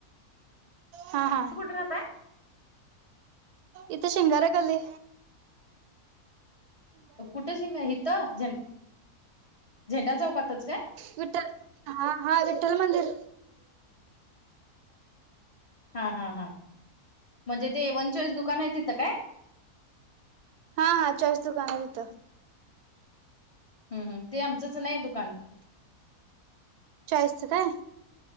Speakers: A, on the right; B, on the left.
A: हा हा
B: कुठ होय
A: इथे शिंगार गले
B: कुठं शिंग हिथं झें झेंडा चौकातच काय
A: विठ्ठल हा हा विठ्ठल मंदिर
B: हा हा हा म्हणजे ते वनचॉईस दुकान आहे तिथं काय
A: हा हा चारज दुकाना आहे तिथं
B: हम् ते आमचंच नाही दुकान
A: चॉईसचं काय